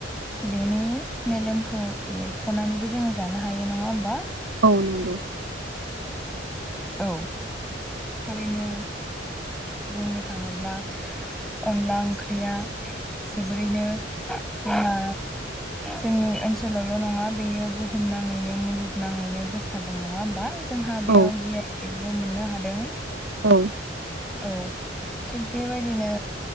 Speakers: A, in the centre; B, on the right.
A: बेनि मेलेमखौ एरख'नानैबो जोङो जानो हायो नङा होमबा।
B: औ नंगौ
A: औ थारैनो बुंनो थाङोब्ला अनला ओंख्रिया जोबोरैनो जोंना जोंनि ओनसोलावल' नङा बेयो बुहुम नाङैनो मुलुगनाङैनो गोसारदों नङा होनबा जोंहा
B: औ
A: बेयाव जे बो मोननो हादों
B: औ
A: औ थिग बेबायदिनो